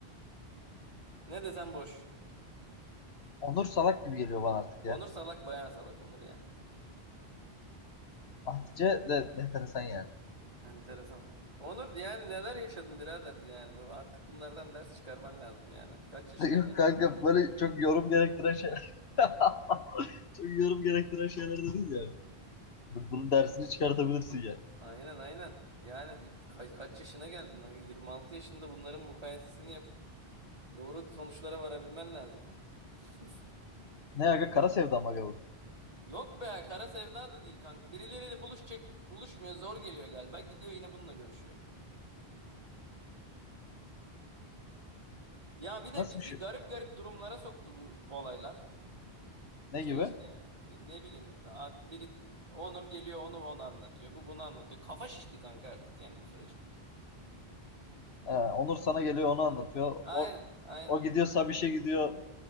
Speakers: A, on the right; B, on the left.
A: Ne desem boş.
B: Onur salak gibi geliyor bana artık
A: Onur
B: ya.
A: salak bayağı salak Onur ya.
B: Hatice de enteresan yani.
A: Enteresan. Onur yani neler yaşadın birader yani. Bu, artık bunlardan ders çıkarman lazım yani. Kaç yaşına
B: <laughs> Yok
A: geldin?
B: kanka böyle çok yorum gerektiren şeyler. <laughs> Çok yorum gerektiren şeyler de değil yani. Bu- Bunun dersini çıkartabilirsin yani.
A: Aynen aynen. Yani ka- kaç yaşına geldin? lan? 26 yaşında bunların mukayesesini yapıp doğru sonuçlara varabilmen lazım. <laughs>
B: Ne aga kara sevda mı aga bu?
A: Yok be kara sevda da değil kanka. Birileriyle buluşacak buluşmuyor zor geliyor galiba. Gidiyor yine bununla görüşüyor. Ya bir de
B: Nasıl
A: bizi
B: bir şey?
A: garip garip durumlara soktu bu olaylar.
B: Ne
A: Şey
B: gibi?
A: işte ne, ne bileyim daha biri Onur geliyor onu onu anlatıyor. Bu bunu anlatıyor. Kafa şişti kanka artık yani bu süreçte.
B: Ha, Onur sana geliyor onu
A: Anladın?
B: anlatıyor.
A: Aynen
B: O,
A: aynen
B: o gidiyor Sabiş'e gidiyor.